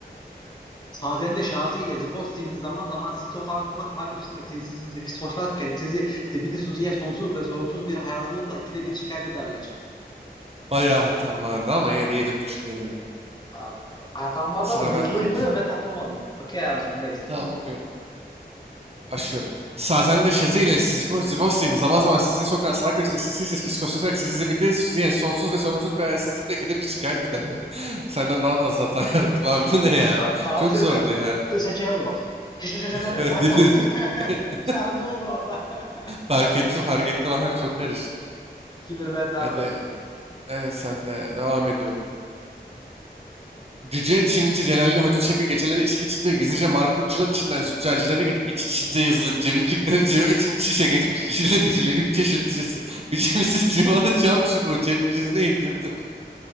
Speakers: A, on the left; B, on the right.
A: Sazende Şazi ile Zipos zihni zaman zaman sizi sokağın sokak ta köşesinde sinsi sinsi fiskoşlarken sizi zibidi suziye sonsuz ve sorumsuz bir hayazlılıkla ikide bir şikayet ederler.
B: Bayağı hatam vardı ama yine de yedi buçuk veriyorum.
A: Abi, hatam vardı
B: Sıra
A: ama hızlıydı
B: benden.
A: ve takılmadım. Okey abi sendeyiz.
B: Tamam bakıyorum. Başlıyorum. Sazen de Şazi ile Sizifo- Sivos'in zaman zaman sizi sokan sağ köşesine sinsi sinsi fiskoslaşarak sizi zibidi süzüye sonsuz ve sorumsuz bir hayasızlıkla ikide bir şikayet ederler. <laughs> Senden daha fazla hata yaptım abi bu ne ya?
A: A- Abi
B: Çok
A: sen
B: zordu
A: tak...
B: ya.
A: Şey, şey oldu bak. Ş- ş- ş- ş-
B: <laughs>
A: ş- Şazi
B: Deli. <laughs>
A: <laughs> Şazi oldu orada. <laughs>
B: Fark ettim fark ettim abi çok karıştı.
A: 2 bir bende
B: Hadi
A: abi.
B: evet sen de devam ediyorum. Cüce Çinici Celalli Hoca Çebi geceleri içki içince gizlice marputçular içinden züccacilere gidip iç içince yazılı cevizcikleri ciro için iç içe geçmiş şişeli biciyle üç çeşit şişesi biçimsiz civalı cam çubuğu cep cüzine indirdi.